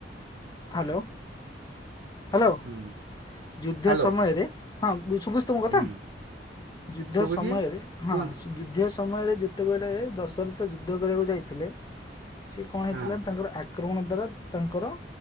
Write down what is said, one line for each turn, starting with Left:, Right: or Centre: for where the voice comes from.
Left: ହ୍ୟାଲୋ ହ୍ୟାଲୋ।
Right: ହୁଁ
Left: ଯୁଦ୍ଧ
Right: ହ୍ୟାଲୋ
Left: ସମୟରେ ହଁ ତମ କଥା
Right: ହୁଁ
Left: ଯୁଦ୍ଧ
Right: ଶୁଭୁଛି
Left: ସମୟରେ
Right: କୁହନ୍ତୁ
Left: ହଁ ଯୁଦ୍ଧ ସମୟରେ ଯେତେବେଳେ ଦଶରଥ ଯୁଦ୍ଧ କରିବାକୁ ଯାଇଥିଲେ ସେ କଣ ହେଇଥିଲା
Right: ହଁ
Left: ତାଙ୍କର ଆକ୍ରମଣ ଦ୍ଵାରା ତାଙ୍କର